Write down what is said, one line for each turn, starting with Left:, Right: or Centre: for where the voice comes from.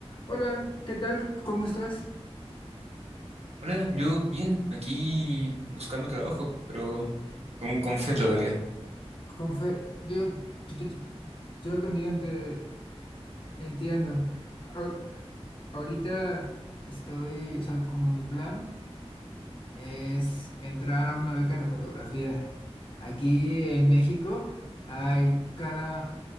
Left: Hola, ¿qué tal? ¿Cómo estás?
Right: Hola, yo bien, aquí buscando trabajo, pero con, con fe todavía.
Left: Confe- yo, yo, yo- yo- yo también te entiendo. A- ahorita estoy, o sea, como mi plan es entrar a una beca de fotografía. Aquí en México hay cada